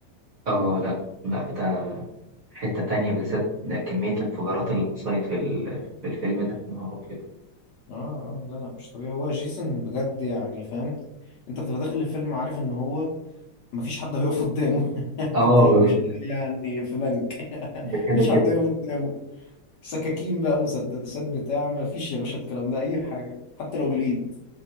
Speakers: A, on the right (about 55°); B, on the left (about 65°).
A: اه لا لا ده حتة تانية بالذات ده كمية الانفجارات اللي حصلت في, ال- في الفيلم ده يا نهار أبيض
B: اه اه لا لا مش طبيعي هو جيسون بجد يعني فاهم انت بتبقى داخل الفيلم عارف ان هو مفيش حد هيقف قدامه <laughs>
A: اه
B: حتى لو بيشتغل يعني في بنك <laughs>
A: ده
B: مفيش
A: كده
B: حد
A: كده
B: هيقف قدامه سكاكين بقى مسدسات بتاع ما فيش يا باشا الكلام ده اي حاجه حتى لو بالايد